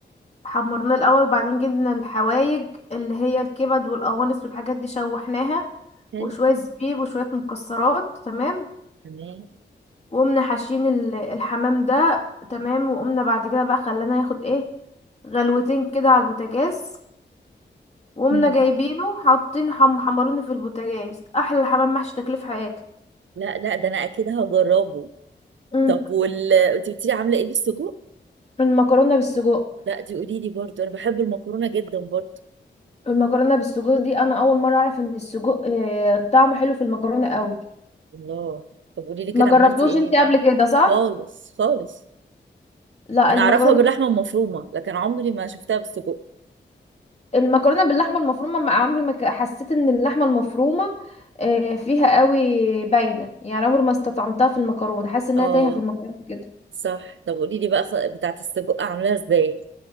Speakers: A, on the left; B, on the right.
A: حمرناه الاول وبعدين جبنا الحوايج اللي هي الكبد والقوانص والحاجات دي شوحناها
B: حلو
A: وشويه زبيب وشويه مكسرات تمام
B: تمام
A: وقمنا حاشين ال- الحمام ده تمام وقمنا بعد كده بقى خلانا ياخد ايه غلوتين كده على البوتاجاز وقمنا
B: هم.
A: جايبينه حاطين حم حمرونه في البوتاجاز احلى حمام محشي تاكليه في حياتي
B: لا لا ده انا اكيد هجربه
A: امم
B: طب وال انت قلتي لي عامله ايه بالسجق
A: المكرونه بالسجق
B: لا دي قولي لي برضه انا بحب المكرونه جدا برضه
A: المكرونه بالسجق دي انا اول مره اعرف ان السجق آه، طعمه حلو في المكرونه قوي
B: الله طب قولي لي كده
A: ما جربتوش
B: عملتي ايه
A: انت قبل كده صح
B: خالص خالص
A: لا
B: انا
A: المكرونه
B: اعرفها باللحمه المفرومه لكن عمري ما شفتها بالسجق
A: المكرونه باللحمه المفرومه ما عمري ما ك- حسيت ان اللحمه المفرومه آه، فيها قوي باينه يعني عمري ما استطعمتها في المكرونه حاسه انها
B: اه
A: تايهه في المكرونه كده
B: صح طب قولي لي بقى خ- بتاعه السجق عاملاها ازاي